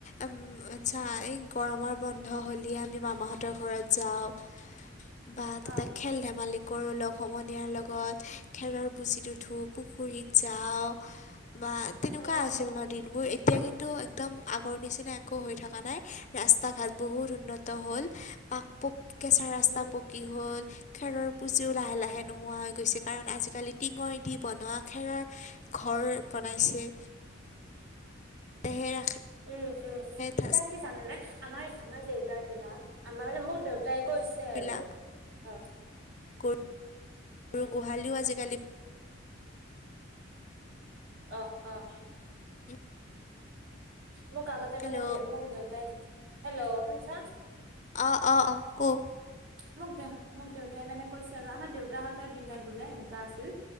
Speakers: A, on the left; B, on the right.
A: উম আচ্ছা এই গৰমৰ বন্ধ হ'লিয় আমি মামাহঁতৰ ঘৰত যাওঁ। বাদ
B: অ
A: তক খেল ধেমালি কৰোঁ লগ সমনীয়াৰ লগত খেলৰ বুছিত উঠো, পুখুৰীত যাওঁ বা তেনেকুৱা
B: অ
A: আছিল
B: অ
A: ন' দিনবোৰ এতিয়া কিন্তু একদম আগৰ নিচিনা আকৌ হৈ থকা নাই ৰাস্তা ঘাট বহুত উন্নত হ'ল পাক কেঁচা ৰাস্তা
B: উম
A: পকী হ'ল খেৰৰ পুঁজিও লাহে লাহে নোহোৱা হৈ গৈছে কাৰণ আজিকালি টিঙৰ দি বনোৱা খেৰৰ ঘৰ বনাইছে। <inaudible> ৰাখে
B: উম উম,
A: ঠাচ-
B: তাক কি জানানে আমাৰ আমাৰ দেউতাৰ দিনত আমাৰ মানে মোৰ দেউতাই কৈছে
A: খেৰবিলাক
B: আৰু, হয়
A: গৰু
B: উম
A: গোহালিও আজিকালি
B: অহ অ'।
A: উম।
B: মোক আগতে
A: হেল্ল'
B: মানে দে মোক দেউতাই, হেল্ল' শুনছা?
A: অ', অ', অ', কওক।
B: মোক দে মোক দেউতাই মানে কৈছে আৰু আমাৰ দেউতাহঁতৰ দিনত বোলে এনেকুৱা আছিল।